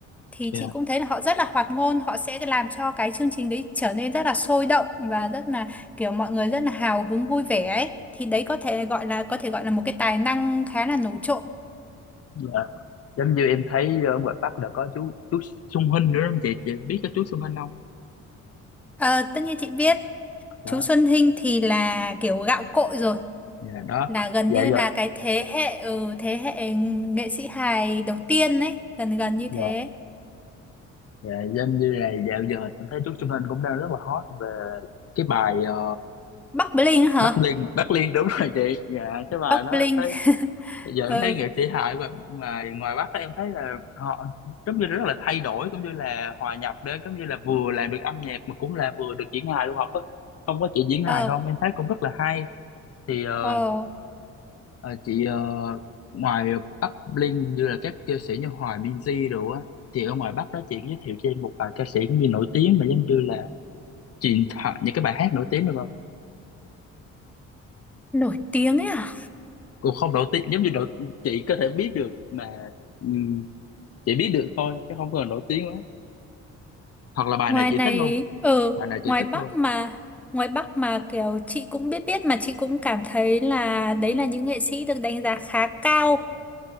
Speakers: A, in the centre; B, on the left.
A: thì
B: dạ
A: chị cũng thấy là họ rất là hoạt ngôn họ sẽ làm cho cái chương trình đấy trở nên rất là sôi động và rất là kiểu mọi người rất là hào hứng vui vẻ ấy thì đấy có thể gọi là có thể gọi là một cái tài năng khá là nổi trội
B: dạ giống như em thấy ở ngoài Bắc là có chú chú Xuân Hinh nữa không chị chị biết cái chú Xuân Hinh không
A: Ờ, tất nhiên chị biết
B: đó
A: chú Xuân Hinh thì là kiểu gạo cội rồi
B: dạ đó
A: là gần
B: dạ
A: như là
B: giờ
A: cái thế hệ ừ, thế hệ nghệ sĩ hài đầu tiên ấy gần gần như
B: dạ
A: thế
B: dạ giống như này dạo giờ em thấy chú Xuân Hinh cũng đang rất là hot về cái bài ờ,
A: Bắc Bling hả
B: Bắc Liên Bắc Liên đúng rồi chị dạ cái bài
A: Bắc
B: đó
A: Bling
B: em thấy
A: <laughs>
B: giờ
A: ừ
B: em thấy nghệ sĩ hài ngoài ngoài ngoài Bắc á, em thấy là họ giống như rất là thay đổi cũng như là hòa nhập đấy giống như là vừa làm được âm nhạc mà cũng là vừa được diễn hài luôn học á không có chị diễn
A: ờ
B: hài không em thấy cũng rất là hay thì ờ,
A: ờ
B: ờ, chị ờ, ngoài Bắc Linh như là các ca sĩ như Hoài Minzy rồi á thì ở ngoài Bắc đó chị giới thiệu cho em một vài ca sĩ cũng như nổi tiếng mà giống như là truyền thoại những cái bài hát nổi tiếng được không
A: nổi tiếng ấy à
B: cũng không nổi tiếng giống như nổi, chị có thể biết được mà ừm, chị biết được thôi chứ không cần nổi tiếng quá hoặc là bài
A: ngoài
B: này chị
A: này
B: thích luôn
A: ở
B: bài này chị
A: ngoài
B: thích
A: Bắc
B: thôi
A: mà ngoài Bắc mà kiểu chị cũng biết biết mà chị cũng cảm thấy là đấy là những nghệ sĩ được đánh giá khá cao